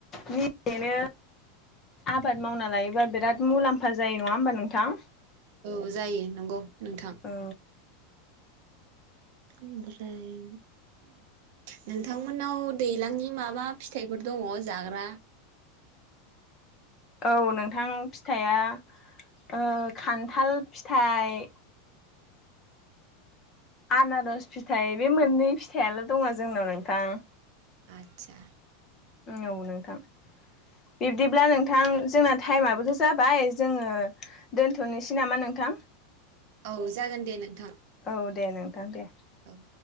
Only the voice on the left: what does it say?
निजेनो आबाद मावना लायोबा बिराद मुलाम्फा जायो नङा होमबा नोंथां।
औ
औ नोंथां फिथाइया ओ खान्थाल फिथाइ आनारस फिथाइ बे मोननै फिथायाल' दङ जोंनाव नोंथां।
औ नोंथां बिब्दिब्ला नोंथां जोंना थाइमाबोथ' जाबाय जोङो दोनथ'निसि नामा नोंथां?
औ दे नोंथां दे